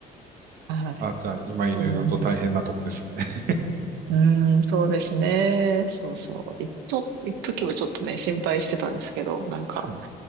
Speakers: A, on the right; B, on the right.
A: はい。
B: あ、じゃあ、今いろいろと大変なとこですね。
A: そうなんです。
B: <laughs>
A: うーん、そうですね。そうそう。一と、一時はちょっとね、心配してたんですけど、なんか、
B: はい。